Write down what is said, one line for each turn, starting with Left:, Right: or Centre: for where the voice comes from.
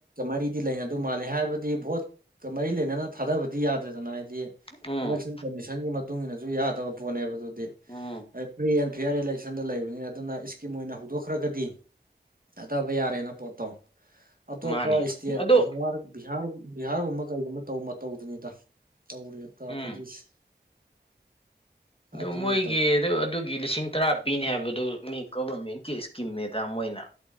Right: ꯀꯔꯤꯗꯤ ꯂꯥꯏꯅ ꯑꯗꯨ ꯃꯥꯜꯂꯦ ꯍꯥꯏꯕꯗꯤ ꯚꯣꯠꯀ ꯃꯔꯤ ꯂꯩꯅꯅ ꯊꯥꯗꯕꯗꯤ ꯌꯥꯗ꯭ꯔꯦꯗꯅ ꯍꯥꯏꯗꯤ
Left: ꯎꯝ
Right: ꯏꯂꯦꯛꯁꯟ ꯀꯃꯤꯁꯟꯒꯤ ꯃꯇꯨꯡ ꯏ ꯃꯇꯨꯡꯏꯟꯅꯁꯨ ꯌꯥꯗꯕ ꯄꯣꯠꯅꯦꯕ ꯑꯗꯨꯗꯤ
Left: ꯎꯝ
Right: ꯐ꯭ꯔꯤ ꯑꯦꯟ ꯐꯤꯌꯥꯔ ꯏꯂꯦꯛꯁꯟꯗ ꯂꯩꯕꯅꯤꯅ ꯑꯗꯨꯅ ꯏꯁꯀꯤꯝ ꯑꯣꯏꯅ ꯍꯧꯗꯣꯛꯈ꯭ꯔꯒꯗꯤ ꯊꯥꯊꯕ ꯌꯥꯔꯦꯅ ꯄꯣꯠꯇꯣ ꯑꯇꯣꯞꯄ
Left: ꯃꯥꯅꯤ
Right: ꯏꯁꯇꯦꯠ
Left: ꯑꯗꯨ
Right: ꯕꯤꯍꯥꯔ ꯕꯤꯍꯥꯔ ꯕꯤꯍꯥꯔꯒꯨꯝꯕ ꯀꯩꯒꯨꯝꯕ ꯇꯧ ꯃꯇꯧꯗꯨꯅꯤꯗ ꯇꯧꯔꯤ ꯇꯧꯔꯛꯀꯗꯣꯏꯁꯦ
Left: ꯎꯝ
Right: ꯑꯗꯨꯅꯤ
Left: ꯑꯣ ꯃꯣꯏꯒꯤ
Right: ꯇꯧ
Left: ꯑꯗꯨ ꯑꯗꯨꯒꯤ ꯂꯤꯁꯤꯡ ꯇꯔꯥ ꯄꯤꯅꯤ ꯍꯥꯏꯕꯗꯨꯅꯤ ꯒꯣꯚꯔꯃꯦꯟꯀꯤ ꯏꯁꯀꯤꯝꯅꯦꯗ ꯃꯣꯏꯅ